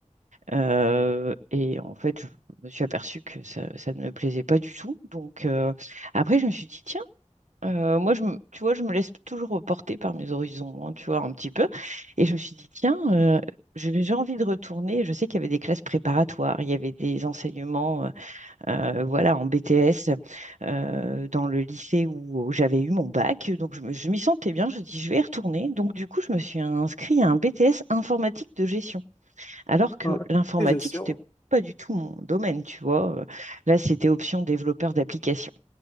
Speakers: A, on the right; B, on the left.
A: Euh, et en fait, je me suis aperçue que ça, ça ne me plaisait pas du tout. Donc, euh, après, je me suis dit, Euh, moi, je me- tu vois, je me laisse toujours porter par mes horizons, hein, tu vois, un petit peu. Et je me suis dit, tiens, euh, j'ai j'ai envie de retourner. Je sais qu'il y avait des classes préparatoires, il y avait des enseignements, euh, euh, voilà, en BTS, euh, dans le lycée où, où j'avais eu mon bac. Donc, je, me- je m'y sentais bien. Je dis, je vais y retourner. Donc, du coup, je me suis inscrite à un BTS informatique de gestion, alors que
B: Ah,
A: l'informatique,
B: et je suis
A: c'était
B: en
A: pas du tout mon domaine, tu vois. Euh, Là, c'était option développeur d'applications.